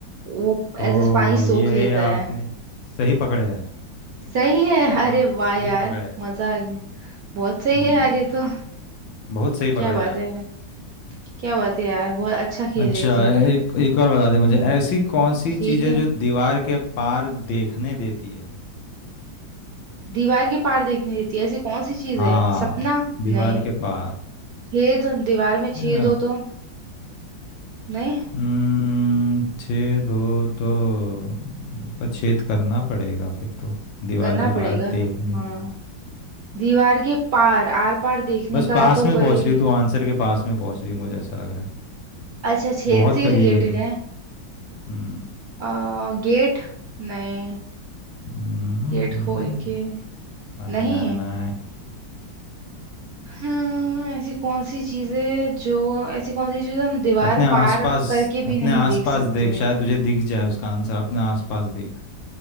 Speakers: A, on the right; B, on the left.
A: वो
B: ओ
A: ऐसे पानी सोख
B: ये
A: लेता
B: आपने
A: है
B: सही पकड़े हैं
A: सही है <laughs> अरे
B: आप
A: वाह
B: सही
A: यार
B: पकड़े हैं
A: मजा आ गया बहुत सही
B: हम्म
A: है यार ये तो
B: बहुत सही पकड़े
A: क्या बात
B: हैं आप
A: है क्या बात है यार बहुत अच्छा खेल
B: अच्छा
A: लेती हूँ मैं
B: एक एक और बता दे मुझे ऐसी कौन सी
A: ठीक
B: चीज़ है
A: है
B: जो दीवार के पार देखने देती है
A: दीवार के पार देखने देती है ऐसी कौन सी चीज
B: हाँ
A: है सपना
B: दीवार
A: नहीं
B: के पार
A: छेद दीवार
B: अच्छा,
A: में छेद हो तो नहीं
B: हम्म छः दो तो हम्म, पर छेद करना पड़ेगा फिर तो दीवार
A: करना
B: के
A: पड़ेगा
B: पार देखने
A: हाँ
B: के लिए
A: दीवार के पार आर पार देखने
B: बस
A: का
B: पास
A: तो
B: में
A: कोई
B: पहुंच रही तू आंसर के पास में पहुंच रही मुझे ऐसा लग रहा है
A: अच्छा छेद
B: बहुत
A: से
B: करीब
A: रिलेटेड
B: है तू
A: है
B: हम्म
A: आ, गेट नहीं
B: हम्म,
A: गेट खोल के
B: ना
A: नहीं
B: ना ना
A: हम्म ऐसी कौन सी चीजें जो ऐसी कौन सी चीजें हम दीवार
B: अपने आसपास
A: पार करके
B: अपने
A: भी नहीं
B: आसपास
A: देख सकते
B: देख
A: हैं
B: शायद तुझे दिख जाए उसका आंसर अपने आसपास देख